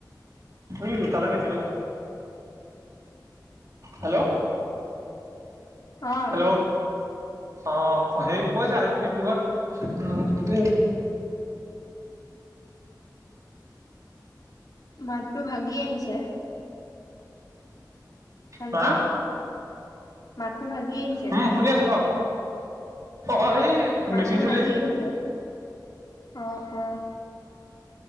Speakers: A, on the right (about 45°); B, on the left (about 55°).
A: এতিয়া তালৈ মাতি ব'লা হেল্ল'।
B: অহ
A: হেল্ল' অ', হেৰি কৈছা সেইটো কি বুলি কয়
B: মাতটো ভাগি আহিছে। হেল্ল'
A: হা
B: মাতটো ভাগি আহিছে
A: উম শুনি আছো ক অ', এই
B: মাতটো
A: মেচিন চলি
B: ভাগি
A: আছে
B: আহিছে অ', অহ